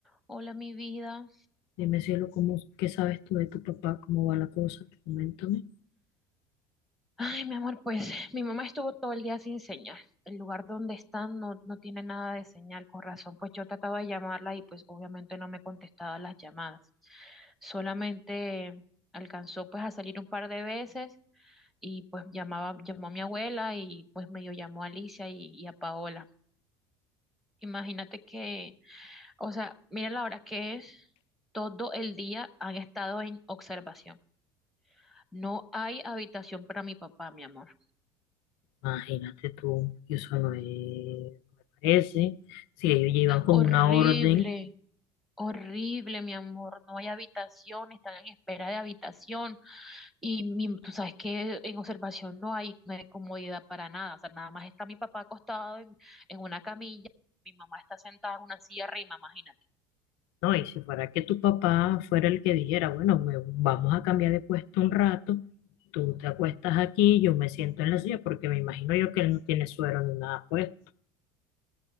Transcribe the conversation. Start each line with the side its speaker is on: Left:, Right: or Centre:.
Centre: Hola, mi vida.
Left: Dime, cielo, ¿cómo, qué sabes tú de tu papá? ¿Cómo va la cosa? Coméntame.
Centre: Ay, mi amor, pues <laughs> mi mamá estuvo todo el día sin señal. El lugar donde están no, no tiene nada de señal, con razón. Pues yo trataba de llamarla y pues obviamente no me contestaba las llamadas. Solamente alcanzó pues a salir un par de veces y pues llamaba, llamó a mi abuela y pues medio llamó a Alicia y, y a Paola. Imagínate que, o sea, mira la hora que es, todo el día han estado en observación. No hay habitación para mi papá, mi amor.
Left: Imagínate tú, y eso no es, no me parece. Si ellos llevan con
Centre: Horrible,
Left: una orden,
Centre: horrible, mi amor. No hay habitación, están en espera de habitación. Y mi- tú sabes que en observación no hay, no hay comodidad para nada. O sea, nada más está mi papá acostado en, en una camilla, mi mamá está sentada en una silla arriba, imagínate.
Left: ¿no? Y si fuera que tu papá fuera el que dijera, bueno, me- vamos a cambiar de puesto un rato, tú te acuestas aquí, yo me siento en la silla, porque me imagino yo que él no tiene suero ni nada, pues,